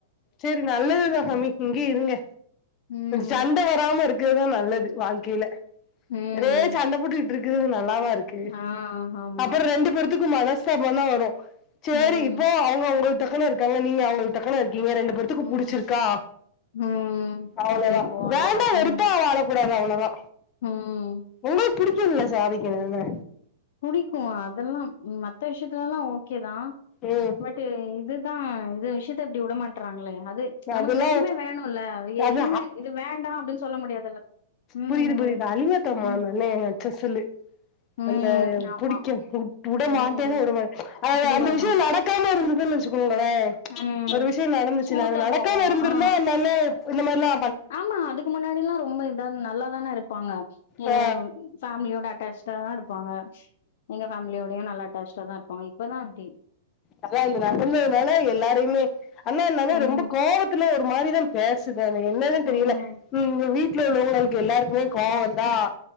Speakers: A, on the left; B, on the left.
A: சேரி நல்லதுதா ஹமி இங்கேயே இருங்க
B: ம்
A: சண்ட வராம இருக்குறதுதா நல்லது வாழ்க்கையில
B: ம்
A: ஒரே சண்ட போட்டுக்கிட்டு இருக்குறது நல்லாவா இருக்கு
B: ஆ ஆமா
A: அப்பற ரெண்டு பேருத்துக்கும் மனசு சாதப வரு சேரி
B: ம்
A: இப்போ அவங்க உங்களுக்கு தக்கன்ன இருக்காங்க நீங்க அவங்களுக்கு தக்கன்ன இருக்கீங்க ரெண்டு த்துக்கு
B: ம்
A: புடிச்சிருக்கா
B: ம்
A: அவ்ளோதா
B: அப்டியே போ வேண்டியதா
A: வேண்டா வெறுப்பா
B: ம்
A: வாழ கூடாது அவ்ளோதா
B: ம்
A: உங்களுக்கு புடிக்குள்ள சாதிக் அண்ணன
B: புடிக்கு அதல்லா மத்த விஷயத்துலல்லா ஓகே தா
A: ம்
B: இது இதுதா இந்த விஷயத்த இப்டி விடமாட்றாங்களே அது நமக்கு
A: அதெல்லா
B: ரெண்டுமே வேணும்ல்ல
A: அது
B: எதுமே இது வேண்டா அப்டின்னு சொல்ல முடியாதுல்ல ம்
A: புரிது புரிது அலிவாத்தம்மா
B: ம்
A: நல்லவங்க நெனச்சா சொல்லு
B: ம்
A: அந்த
B: ஆமா
A: புடிக்கும் உட மாட்டேன்
B: ம்
A: உட மாட்
B: பிடிவாதோ
A: அந்த விஷய நடக் நடக்காம இருந்துன்னு வச்சுக்கோங்களே
B: ம்
A: ஒரு விஷய நடந்துச்சு
B: ஸ்மூத்தா
A: நாங்க நடக்காம
B: போவும்
A: இருந்துருந்தா
B: ஆ
A: என்னால இந்த மாதிரிலா
B: ஆமா அதுக்கு முன்னாடி எல்லா ரொம்ப இதா நல்லாதான இருப்பாங்க யவ்
A: ஆ
B: ஃபேமிலியோட அட்டாச்டா தா இருப்பாங்க எங்க ஃபேமிலியோடையும் நல்லா அட்டாச்டா தா இருப்பாங்க இப்பதா அப்டி
A: அதா இது நடந்ததுனால எல்லாரையுமே அண்ணா என்னனா
B: ம்
A: ரொம்ப கோபத்துல ஒரு மாதிரிதா பேசுது அது என்னன்னு தெரில
B: ம்
A: உங்க வீட்டுல உள்ளவங்களுக்கு எல்லாருக்குமே கோவந்தா